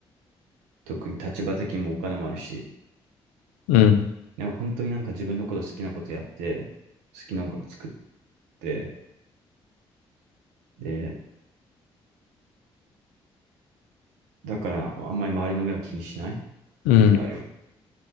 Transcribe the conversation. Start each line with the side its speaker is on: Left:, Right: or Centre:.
Right: 特に立場的にもお金もあるし、
Left: うん。
Right: なんか本当になんか自分のこと好きなことやって、好きな音楽作って、で、だからあんまり周りの目を気にしないっ
Left: うん。
Right: ていうのあるよね。